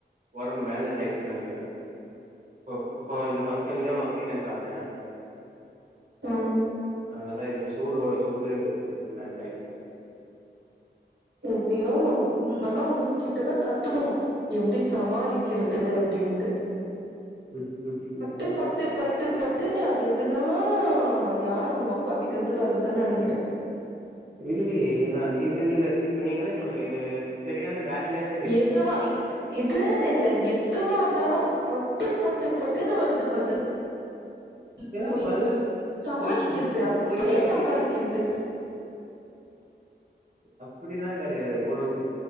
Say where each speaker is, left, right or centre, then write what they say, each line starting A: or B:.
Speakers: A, on the right; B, on the right.
A: ஓடம்பு மேனேஜ் ஆய்டுச்சுனு நினைக்கிறே <unintelligible> இப்போ வந்த ஃபங்க்ஷன்லயூ சிக்கன் சாப்ட்டே
B: ம்
A: அதுனாலா இந்த சூடோட சூடு மேட்ச் ஆய்டுச்
B: எப்டியோ ஆனா உங்ககிட்டதான் கத்துக்கணு எப்டி சமாளிக்கிறது அப்படின்ட்டு
A: <inaudible>
B: பொட்டு பொட்டு பொட் திரும்பயு அது எப்டிதான் யாரு உங்க அப்பா கிட்ட இருந்து வர்றதுன்னு நினைக்கிறே
A: இல்லேயே இதுதான் இது நீங்க இப்ப நீங்க <unintelligible> சரியான வேலிடாவே
B: எதுவா இது இதுனு இல்ல எதுவ இருந்தாலு பட்டு பட்டு பட்டுன்னு வருது பதில் இ
A: ஏன்னா
B: பொய்
A: பதில்
B: சமாளிக்கிறது
A: பொய் சொ-
B: அப்டியே
A: பொய் எப்படி
B: சமாளிக்கிறது
A: ப அப்டிலா கிடையாது ஒரு